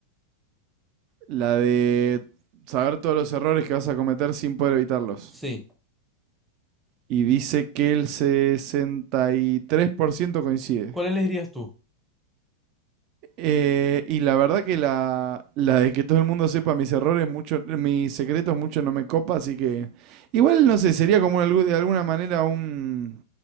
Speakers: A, on the right; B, in the centre.
A: La de saber todos los errores que vas a cometer sin poder evitarlos.
B: Sí.
A: Y dice que el 63% coincide.
B: ¿Cuál elegirías tú?
A: Eh, y la verdad que la, la de que todo el mundo sepa mis errores, mucho, mis secretos, mucho no me copa, así que igual no sé, sería como algu- de alguna manera un,